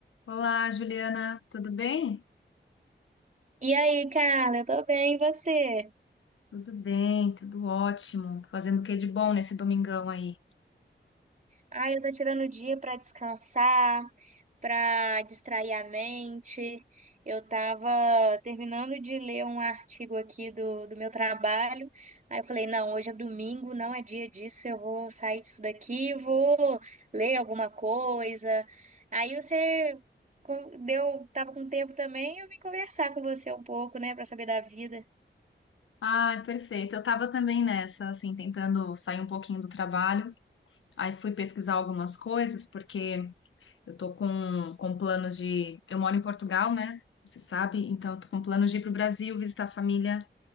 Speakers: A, on the left; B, on the right.
A: Olá, Juliana, tudo bem?
B: E aí, Carla, eu tô bem, e você?
A: Tudo bem, tudo ótimo. Fazendo o que de bom nesse domingão aí?
B: Ai, eu tô tirando o dia pra descansar, pra distrair a mente. Eu tava terminando de ler um artigo aqui do, do meu trabalho. Aí eu falei, não, hoje é domingo, não é dia disso, eu vou sair disso daqui, vou ler alguma coisa. Aí você co- deu, tava com tempo também, eu vim conversar com você um pouco, né, pra saber da vida.
A: Ah, perfeito. Eu tava também nessa, assim, tentando sair um pouquinho do trabalho. Aí fui pesquisar algumas coisas, porque eu tô com, com planos de. Eu moro em Portugal, né? Você sabe? Então, eu tô com planos de ir pro Brasil visitar a família